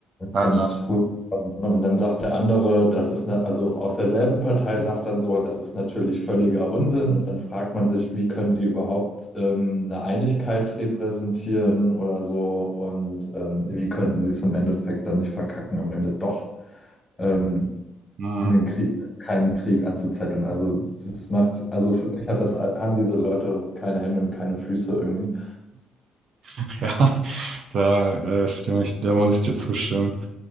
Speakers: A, on the right; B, on the left.
A: Ah,
B: Ganz furchtbar. ne? Und dann sagt der andere, das ist eine, also aus derselben Partei sagt dann so, das ist natürlich völliger Unsinn. Und dann fragt man sich, wie können die überhaupt ähm, eine Einigkeit repräsentieren oder so? Und ähm, wie könnten sie es im Endeffekt dann nicht verkacken, am Ende doch ähm,
A: hm.
B: einen Krieg, keinen Krieg anzuzetteln? Also das macht, also für mich hat das, haben diese Leute keine Hände und keine Füße irgendwie.
A: Ja, <laughs> da äh, stimme ich, da muss ich dir zustimmen.